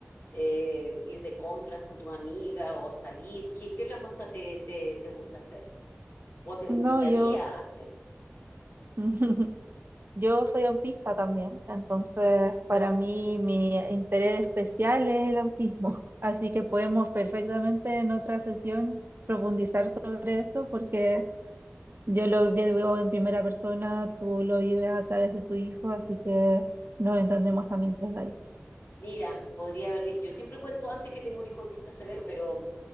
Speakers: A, on the left (about 60°); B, on the right (about 55°).
A: eh, ir de compras con tus amigas o salir. ¿Qué, qué otra cosa te, te, te gusta hacer o te gustaría
B: No, yo...
A: hacer?
B: <laughs> Yo soy autista también, entonces para mí mi interés especial es el autismo, <laughs> así que podemos perfectamente en otra sesión profundizar sobre eso porque yo lo vivo en primera persona, tú lo vives a través de tu hijo, así que nos entendemos también desde ahí.
A: Mira, podría haber, di- yo siempre cuento antes que tengo un hijo autista severo, pero